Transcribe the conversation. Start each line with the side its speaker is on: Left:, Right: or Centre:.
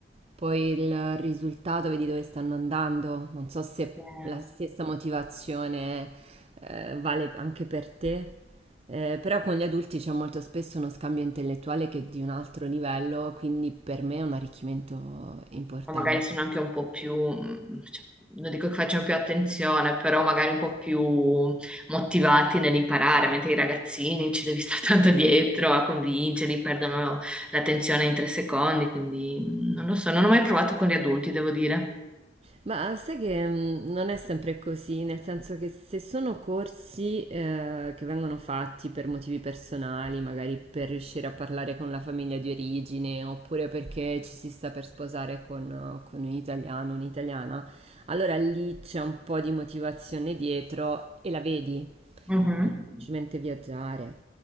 Right: poi il risultato, vedi dove stanno andando. Non so se
Centre: Eh,
Right: la stessa motivazione eh, vale anche per te, eh, però con gli adulti c'è molto spesso uno scambio intellettuale che è di un altro livello, quindi per me è un arricchimento importante.
Centre: O magari sono anche un po' più, mh, cioè, non dico che facciano più attenzione, però magari un po' più motivati nell'imparare, mentre i ragazzini ci devi stare <laughs> tanto dietro a convincerli, perdono l'attenzione in tre secondi, quindi mh, non lo so, non ho mai provato con gli adulti, devo dire.
Right: Ma sai che mh, non è sempre così, nel senso che se sono corsi eh, che vengono fatti per motivi personali, magari per riuscire a parlare con la famiglia di origine, oppure perché ci si sta per sposare con, eh, con un italiano, un'italiana, allora lì c'è un po' di motivazione dietro e la vedi,
Centre: Mhm.
Right: anche semplicemente viaggiare.